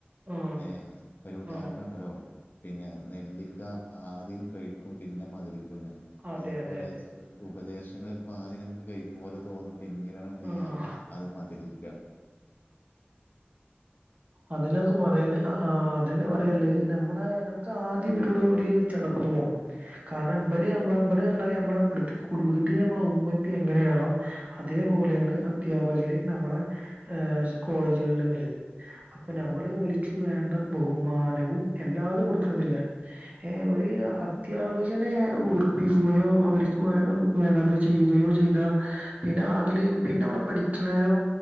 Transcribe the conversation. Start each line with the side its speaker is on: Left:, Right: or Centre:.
Right: ആഹ്
Left: ഏ ഒരു ഉദാഹരണണ്ടല്ലോ
Right: ആഹ്
Left: പിന്നെ നെല്ലിക്ക ആദ്യം കയിക്കും പിന്നെ മതിരിക്കുന്ന്
Right: അതെ
Left: അതേപോലെ
Right: അതെ അതെ
Left: ഉപദേശങ്ങള് ചെലപ്പ ആദ്യം നമുക്ക് കൈപ്പ് പോലെ തോന്നും പിന്നീട് ടാണെന്തയ്യ
Right: ആഹ്
Left: അത് മധുരിക്ക
Right: അതിനൊക്കെ പറയലാ ആഹ് അതന്നെ പറയാള്ളത് നമ്മളെ നമുക്ക് ആദ്യം ഇവരോട് ഒരു ചടപ്പ് തോണും കാരണം
Left: ഉം.
Right: ഇപല് നമ്മള ഇപല് പറഞ്ഞാല് നമ്മള ഇവിടുത്തെ വീട്ടില് നമ്മള ഉമ്മീംഉപ്പിം എങ്ങനെയാണോ അതേപോലെയാണ് അദ്ധ്യാപകര് നമ്മളെ ഏ സ്കോളേജുകളില്ന്നുള്ളത് അപ്പൊ
Left: ഉം.
Right: നമ്മള് ഓൽക്ക് വേണ്ട ബഹുമാനവും എല്ലാതും കൊടുക്കണന്നില്ല ഏഹ് ഒരു അദ്ധ്യാപകനെ വെർപ്പിക്കുകയോ അവർക്കു വേ വേണ്ടത് ചെയ്യുകയോ ചെയ്താ പിന്നെ അതില് പിന്നെ അവടെ പഠിക്ക്ണേനോ